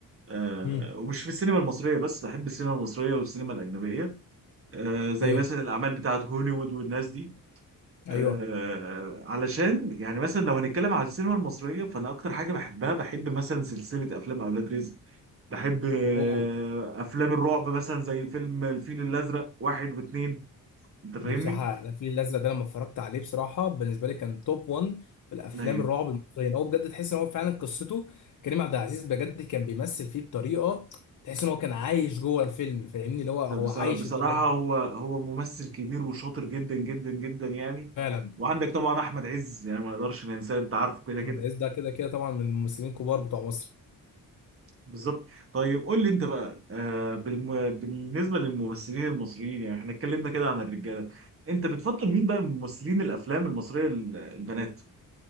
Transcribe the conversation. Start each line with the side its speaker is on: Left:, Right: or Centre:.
Right: آه
Left: امم
Right: ومش في السينما المصريه بس بحب السينما المصريه والسينما الاجنبيه آه
Left: أوكي
Right: زي مثلا الاعمال بتاعه هوليوود والناس دي آه
Left: أيوه
Right: علشان يعني مثلا لو هنتكلم على السينما المصريه فانا اكتر حاجه بحبها بحب مثلا سلسله افلام اولاد رزق بحب آه
Left: أوه
Right: افلام الرعب مثلا زي فيلم الفيل الازرق واحد واتنين انت فاهمني؟
Left: دي بصراحة أنا الفيل الأزرق ده لما اتفرجت عليه بصراحة بالنسبة لي كان توب 1 في الأفلام
Right: ايوه
Left: الرعب المصرية يعني هو بجد تحس إن هو فعلا قصته كريم عبد العزيز بجد كان بيمثل فيه بطريقة تحس إن هو كان عايش جوه الفيلم فاهمني اللي هو هو
Right: بص-
Left: عايش
Right: بصراحة
Left: التجربة
Right: هو هو ممثل كبير وشاطر جدا جدا جدا يعني
Left: فعلا
Right: وعندك طبعا أحمد عز يعني ما نقدرش ننساه أنت عارفه كده
Left: أحمد
Right: كده
Left: عز ده كده كده طبعا من الممثلين الكبار بتوع مصر
Right: بالظبط طيب قول لي أنت بقى آه بالم... بالنسبة للممثلين المصريين يعني احنا اتكلمنا كده عن الرجالة أنت بتفضل مين بقى من ممثلين الأفلام المصرية ال- البنات؟